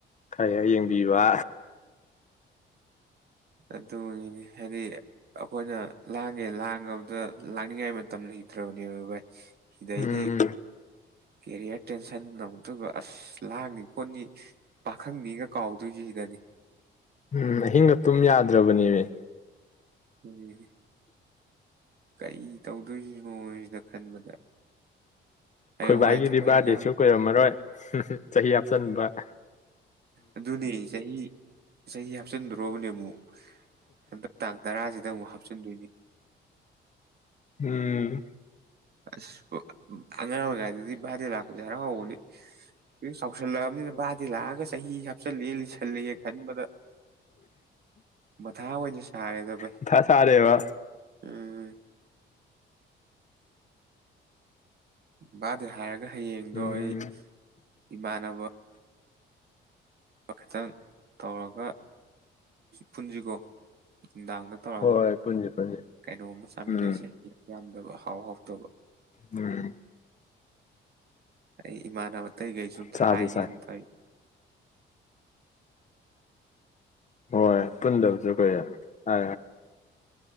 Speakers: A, on the left (about 35°); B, on the right (about 55°).
A: ꯈꯔ ꯍꯦꯛ ꯌꯦꯡꯕꯤꯕ
B: ꯑꯗꯨꯅꯤꯅꯤ ꯍꯥꯏꯗꯤ ꯑꯩꯈꯣꯏꯅ ꯂꯥꯡꯒꯦ ꯂꯥꯡꯉꯕꯗ ꯂꯥꯡꯅꯤꯡꯉꯥꯏ ꯃꯇꯝ ꯂꯩꯇ꯭ꯔꯕꯅꯦꯕ ꯚꯥꯏ ꯁꯤꯗꯩꯗꯤ
A: ꯎꯝ
B: ꯀꯦꯔꯤꯌꯔ ꯇꯦꯟꯁꯟ ꯅ ꯑꯝ ꯇꯣꯏꯕ ꯑꯁ ꯂꯥꯡꯅꯤ ꯈꯣꯠꯅꯤ ꯄꯥꯈꯪꯅꯤꯒ ꯀꯥꯎꯗꯣꯏꯁꯤ ꯁꯤꯗꯗꯤ
A: ꯎꯝ ꯑꯍꯤꯡꯒ ꯇꯨꯝ ꯌꯥꯗ꯭ꯔꯕꯅꯦꯃꯤ
B: ꯎꯝ ꯀꯔꯤ ꯇꯧꯗꯣꯏꯁꯤꯅꯣ ꯁꯤꯅ ꯈꯟꯕꯗ ꯍꯌꯦꯡꯋꯥꯏ
A: ꯈꯣꯏꯕꯥꯏꯒꯤꯗꯤ
B: ꯊꯕꯛ
A: ꯕꯥꯔꯗꯦꯁꯨ
B: ꯏꯪꯈꯥꯡ
A: ꯀꯨꯏꯔꯝꯃꯔꯣꯏ ꯆꯍꯤ ꯍꯥꯞꯆꯟꯕ
B: ꯑꯗꯨꯅꯦ ꯆꯍꯤ ꯆꯍꯤ ꯍꯥꯞꯆꯤꯟꯗ꯭ꯔꯣꯕꯅꯦ ꯑꯃꯨꯛ ꯍꯟꯗꯛ ꯇꯥꯡ ꯇꯔꯥꯁꯤꯗ ꯑꯃꯨꯛ ꯍꯥꯞꯆꯤꯟꯗꯣꯏꯅꯤ
A: ꯎꯝ
B: ꯑꯦ ꯑꯁ ꯑꯉꯥꯡꯑꯣꯏ ꯉꯥꯏꯗꯗꯤ ꯑꯣꯖꯥ ꯍꯔꯥꯎ ꯍꯧꯕꯅꯤ ꯍꯧ ꯆꯥꯎꯁꯜꯂꯛꯑꯕꯅꯤꯅ ꯕꯥꯗꯤ ꯂꯥꯛꯑꯒ ꯆꯍꯤ ꯍꯥꯞꯆꯜꯂꯑꯦ ꯂꯤꯁꯜꯂꯑꯦ ꯈꯟꯕꯗ ꯃꯊꯥ ꯑꯣꯏꯅ ꯁꯥꯔꯦꯗ ꯚꯥꯏ
A: ꯃꯊꯥ ꯁꯥꯔꯦꯕ
B: ꯎꯝ ꯕꯥꯗꯦ ꯍꯥꯏ ꯍꯌꯦꯡꯗꯣ
A: ꯎꯝ
B: ꯑꯩ ꯏꯃꯥꯟꯅꯕ ꯈꯤꯇꯪ ꯇꯧꯔꯒ ꯄꯨꯟꯖꯤꯀꯣ ꯅꯨꯡꯗꯥꯡꯗ ꯇꯧꯒ
A: ꯍꯣꯏ ꯄꯨꯟꯁꯤ ꯄꯨꯟꯁꯤ
B: ꯀꯩꯅꯣꯝ ꯆꯥꯃꯤꯟꯅꯁꯦ
A: ꯎꯝ
B: ꯌꯥꯝ ꯐꯠꯇꯕ ꯍꯥꯎ ꯍꯥꯎꯇꯕ
A: ꯎꯝ
B: ꯑꯩ ꯏꯃꯥꯟꯅꯕ ꯇꯩ ꯀꯩꯖꯨ ꯑꯝꯇ
A: ꯆꯥꯁꯤ
B: ꯍꯥꯏꯒꯦꯅ
A: ꯆꯥꯁꯤ
B: ꯇꯩ
A: ꯍꯣꯏ ꯄꯨꯟꯗꯕꯁꯨ ꯀꯨꯢꯔꯦ ꯍ